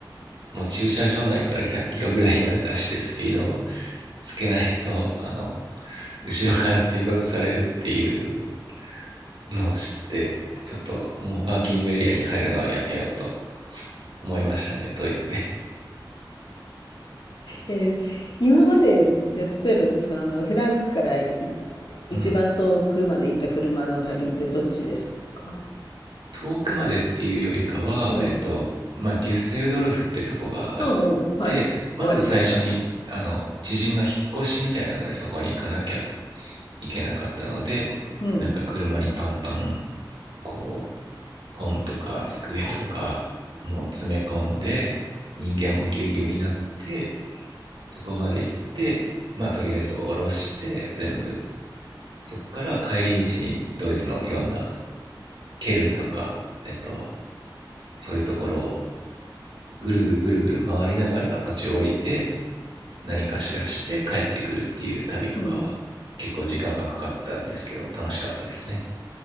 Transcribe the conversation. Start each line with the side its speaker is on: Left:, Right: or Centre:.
Right: もう駐車場内から100キロぐらいまで出してスピードをつけないと、あの、後ろから追突されるっていうのを知ってちょっともうパーキングエリアに入るのはやめようと思いましたねドイツで、
Left: えー今までじゃあ例えばそのフランクからい一番遠くまで行った車の旅ってどっちですか
Right: うん、遠くまでっていうよりかはえっとまあデュッセルドルフってとこがあっ
Left: うん。うんうん。はい。
Right: てまず最初にあの知人の引っ越しみたいなのでそこに行かなきゃ
Left: わかりますわかります。
Right: いけなかったのでなんか車にパンパン
Left: うん。
Right: こう本とか机とかもう詰め込んで人間もぎゅうぎゅうになってそこまで行ってまあとりあえず下ろして全部そっから帰り道にドイツのいろんなケルンとか、えっと、そういうところをぐるぐるぐるぐる回りながら途中降りて何かしらして帰ってくるっていう旅とかは結構時間がかかったんですけど楽しかったですね。
Left: うん。